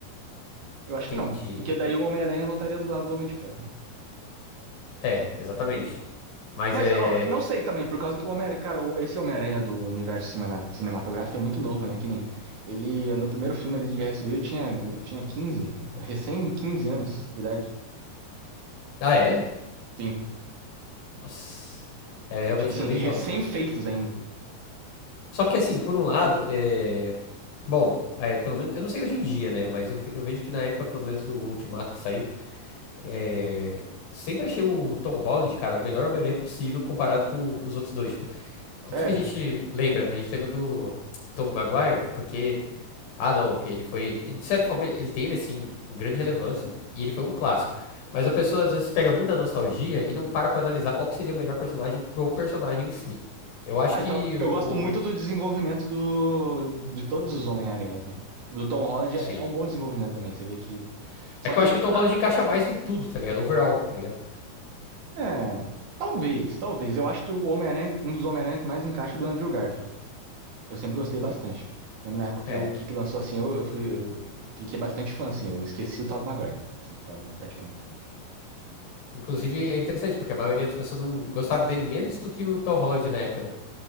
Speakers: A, on the right; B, on the left.
A: Eu acho
B: Entendi.
A: que não, porque daí o Homem-Aranha não estaria do lado do Homem de Ferro, né?
B: É, exatamente. Mas
A: Mas,
B: é.
A: ó, não sei também, por causa que o Homem-Aranha, cara, o- esse Homem-Aranha do universo cimana- cinematográfico é muito novo, né? Que nem ele, no primeiro filme ali de Guerra Civil, ele tinha, ele tinha 15 recém 15 anos de idade.
B: Ah, é?
A: Sim.
B: Nossa. É, realmente
A: Tipo assim,
B: era bem
A: recém-feitos
B: jovem.
A: ainda.
B: Só que assim, por um lado, é... Bom, é, pelo menos, eu não sei hoje em dia, né? Mas eu, ve- eu vejo que na época, pelo menos do Ultimato que saiu, é, sempre achei o Tom Holland, cara, o melhor Homem-Aranha possível comparado com, com os outros dois. Tipo, o
A: Sério?
B: que que a gente lembra? né? A gente lembra do Tobey Maguire, porque Ah, não, porque ele foi. De certa forma, ele teve, assim, um grande relevância e ele foi um clássico. Mas a pessoa às vezes pega muito da nostalgia e não para pra analisar qual que seria o melhor personagem pro personagem em si. Eu acho
A: Ah,
B: que
A: então,
B: o.
A: eu gosto muito
B: o-
A: do desenvolvimento do, de todos os Homem-Aranhas, né? O Do Tom Holland
B: Sim.
A: é é um bom desenvolvimento também, você vê que. Só
B: É que
A: que.
B: eu acho que o Tom Holland
A: a-
B: encaixa mais em tudo, tá ligado? Overall, tá ligado?
A: É. Talvez, talvez. Eu acho que o Homem-Aranha, um dos Homem-Aranha que mais encaixa é o do Andrew Garfield. Eu sempre gostei bastante. Lembro na época
B: É.
A: que o Kiki lançou assim, eu, eu, fui, eu fiquei bastante fã, assim. Eu esqueci o Tobey Maguire, assim, pra- praticamente.
B: Inclusive é interessante, porque a maioria das pessoas não gostaram dele menos do que o Tom Holland na época, né?